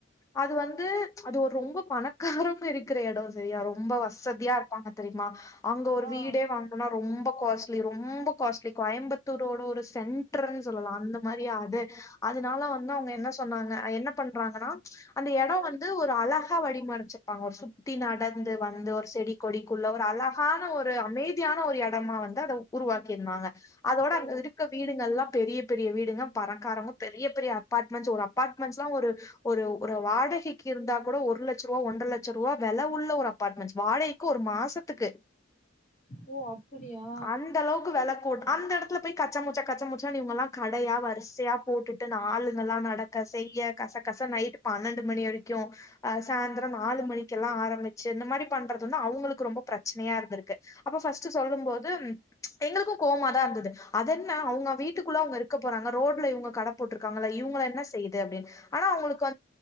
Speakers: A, on the left (about 15°); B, on the left (about 35°).
A: அது வந்து அது ஒரு ரொம்ப பணக்காரங்க இருக்கிற இடம் சேரியா ரொம்ப வசதியா இரு பாங்க தெரியுமா அங்க ஒரு
B: ஆ
A: வீடே வாங்கனா ரொம்ப காஸ்ட் ட்லி ரொம்ப காஸ்லி கோயம்புத்தூரோட ஒரு சென்டரு சொல்லலாம் அந்த மாரிய அது அதனால வந்து அவங்க என்ன சொன்னாங்க என்ன பண்றாங்கன்னா அந்த இடம் வந்து ஒரு அழகா வடிமறைச்சிருப்பாங்க ஒரு சுத்தி நடந்து வந்து ஒரு செடி கொடி குல்ல ஒரு அலா அழகான ஒரு அமைதியான ஒரு இடமா வந்து அதை உருவாக்கிருந்தாங்க அதோட
B: ஓ
A: அங்க இருக்க வீடுகள்ல்லாம் பெரிய பெரிய வீடு பணக்காரங்க பெரிய பெரிய அபார்ட்மெண்ட்ஸ் ஒரு அபார்ட்மெண்ட்ஸ்லாம் ஒரு ஒரு வாடகைக்கு இருந்தா கூட ஒரு லட்சம் ரூபா ஒன்றரை லட்சம் ரூபா வேல உள்ள ஒரு அபார்ட்மென்ட்ஸ் வாடகைக் க்கு ஒரு மாசத்துக்கு
B: ஓ அப்டியா
A: அந்த அளவுக்கு வெல போட் அந்த இடத் துல போய் கச்ச மூச்சா கச்ச மூச்சா இவங்கெல்லாம் கடையா வரிசையா போட்டுட்டு ஆளுங்களாம் நடக்க செய்ய கச கச நைட் பன்னெண்டு மணி வரைக்கும் சாயந்திரம் நாலு மணிக்கெல்லாம் ஆற வச்சி இந்த மாதிரி பண்றது அவங்க ரொம்ப பிரச்சனையா இருந்துருக்கு அப்போ ஃபர்ஸ்ட் சொல்லும் போது எங்களுக்கும் கோவமதா இருந்தது அது என்ன அவங்க வீட்டுக்குள்ளற அங்க இருக்கா போறங்க ரோட்ல இவங்க கடை போட்டு இருக்காங்க இருக்க போறாங்க ரோட்ல கடை எங்க போடுறதுக்கு என்ன செய்யப் போகுது ஆனா அவங்களுக்கு